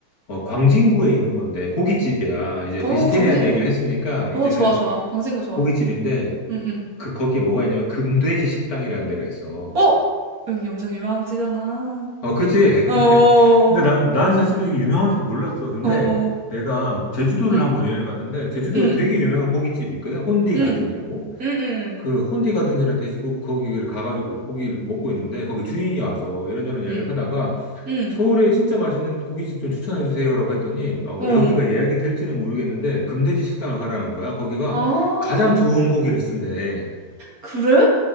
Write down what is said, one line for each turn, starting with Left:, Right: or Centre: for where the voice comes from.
Left: 어, 광진구에 있는 건데 고깃집이야. 이제
Right: 응.
Left: 베지테리안
Right: 어, 광진구.
Left: 이야기를 했으니까 이제는
Right: 어, 좋아, 좋아. 광진구 좋아.
Left: 고깃집인데
Right: 응, 응.
Left: 그 거기에 뭐가 있냐면 금돼지 식당이라는 데가 있어.
Right: 어? 여기 엄청 유명한 곳이잖아.
Left: 어, 그치. <laughs>
Right: 어, 어,
Left: 근데 난, 난 사실은 이게 유명한지도 몰랐어. 근데
Right: 응,
Left: 내가 제주도를
Right: 응,
Left: 한번 여행을 갔는데, 제주도에
Right: 응,
Left: 되게 유명한 고깃집이 있거든. 혼디
Right: 응,
Left: 가든이라고.
Right: 응,
Left: 그 혼디 가든이라는 돼지고기, 거기를 가가지고 고기를 먹고 있는데, 거기 주인이 와서 이런저런 얘기를
Right: 응,
Left: 하다가,
Right: 응,
Left: 서울에 진짜 맛있는 고깃집 좀 추천해주세요라고 했더니, 어,
Right: 응,
Left: 여기가 예약이 될지는 모르겠는데, 금돼지 식당을 가라는 거야. 거기가
Right: 어. 아,
Left: 가장 좋은 고기를 쓴대.
Right: 그래?